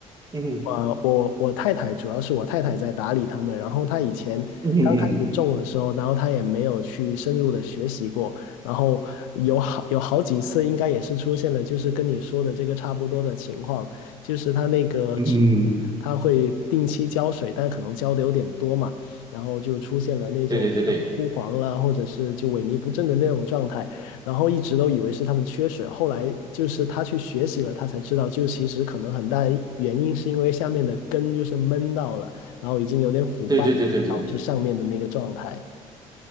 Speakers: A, on the right; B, on the left.
A: 嗯哼
B: 呃，我我太太主要是我太太在打理它们，然后她以前刚开始种的时候，
A: 嗯哼嗯哼
B: 然后她也没有去深入的学习过，然后有好有好几次应该也是出现了，就是跟你说的这个差不多的情况，就是它那个植
A: 嗯哼，
B: 它会定期浇水，但可能浇的有点多嘛。然后就出现了那种枯黄了，
A: 对对对对
B: 或者是就萎靡不振的那种状态，然后一直都以为是他们缺水，后来就是他去学习了，他才知道，就其实可能很大原因是因为下面的根就是闷到了，然后已经有点腐败了，
A: 对对对对对。
B: 导致上面的那个状态。